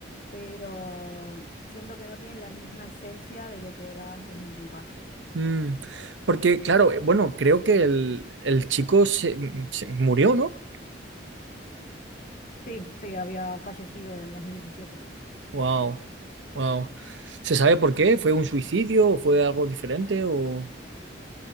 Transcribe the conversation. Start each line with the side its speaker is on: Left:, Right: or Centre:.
Left: pero siento que no tiene la misma esencia de lo que era antes Linkin Park.
Right: mm. Porque, claro, eh, bueno, creo que el, el chico se, mm, se murió, ¿no?
Left: Sí, sí, había fallecido en 2017.
Right: Wow, wow. ¿Se sabe por qué? ¿Fue un suicidio o fue algo diferente o...?